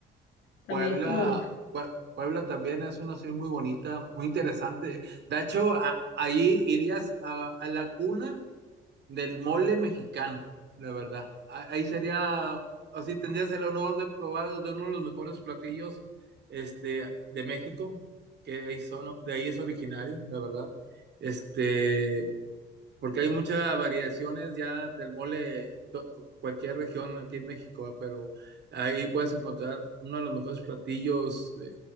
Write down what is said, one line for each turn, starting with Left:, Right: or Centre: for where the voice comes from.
Left: También
Right: Puebla,
Left: es como...
Right: Pue- Puebla también es una ciudad muy bonita, muy interesante. De hecho, a- ahí irías a, a la cuna del mole mexicano, la verdad. A- Ahí sería, así tendrías el honor de probar de uno de los mejores platillos este, de México, que ahí son, de ahí es originario, la verdad. Este, porque hay muchas variaciones ya del mole en to- cu- cualquier región aquí en México, ah, pero ahí puedes encontrar uno de los mejores platillos, eh,